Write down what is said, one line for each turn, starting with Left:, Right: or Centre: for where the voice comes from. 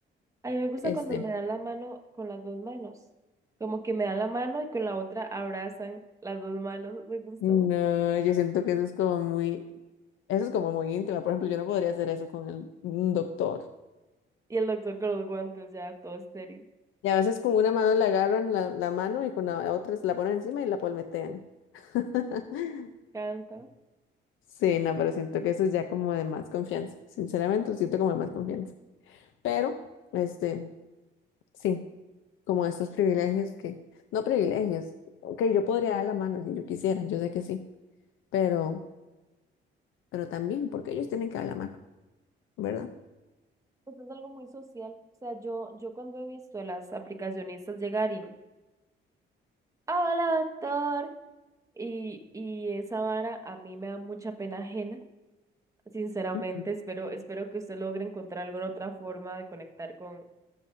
Right: A mí me gusta
Left: Este,
Right: cuando me dan la mano con las dos manos, como que me dan la mano y con la otra abrazan las dos manos, <laughs> me gusta
Left: no,
Right: mucho.
Left: yo siento que eso es como muy, eso es como muy íntimo. Por ejemplo, yo no podría hacer eso con el, un doctor.
Right: Y el doctor con los guantes, ya todo estéril.
Left: Y a veces con una mano le agarran la, la mano y con la otra se la ponen encima y la palmetean. <laughs>
Right: Canta.
Left: Sí, no, pero siento que eso es ya como de más confianza. Sinceramente, lo siento como de más confianza. Pero, este, sí. como estos privilegios que, no privilegios, ok, yo podría dar la mano si yo quisiera, yo sé que sí, pero, pero también, porque ellos tienen que dar la mano, ¿verdad?
Right: Pues es algo muy social. O sea, yo, yo cuando he visto a las aplicacionistas llegar y, hola doctor, y, y esa vara a mí me da mucha pena ajena. Sinceramente,
Left: Ujú.
Right: espero, espero que usted logre encontrar alguna otra forma de conectar con,